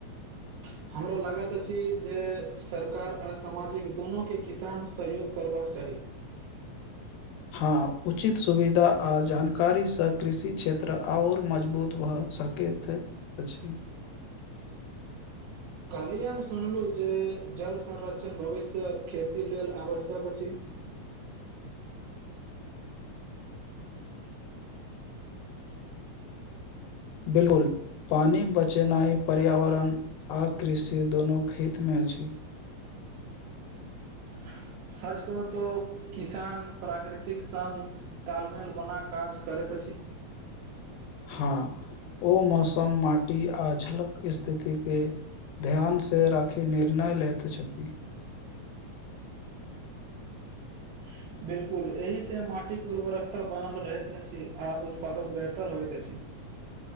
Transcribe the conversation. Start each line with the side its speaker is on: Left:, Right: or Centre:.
Right: <inaudible> हमरा लागत अछि जे सरकार आ सामाजिक दोनो के किसान सहयोग करबक चाही <inaudible>
Left: हँ उचित सुविधा आ जानकारी सँ कृषि क्षेत्र अओर मजबूत भए सक सकैत अछि
Right: <inaudible> कहलियै हम सुनलु जे जल संरक्षण भविष्य खेती लेल आवश्यक अछि <inaudible>
Left: बिलकुल पानी बचेनाइ पर्यावरण आ कृषि दुनुक हित मे अछि
Right: <inaudible> सच कहु तऽ किसान प्राकृतिक संग तालमेल बना काज करैत अछि <inaudible>
Left: हँ ओ मौसम माटी आ झलक स्थिति के ध्यान से राखी निर्णय लैत छथि
Right: ह <inaudible> बिलकुल एहि से माटिक उर्वरकता बनल रहैत अछि आ उत्पादन बेहतर होइत अछि <inaudible>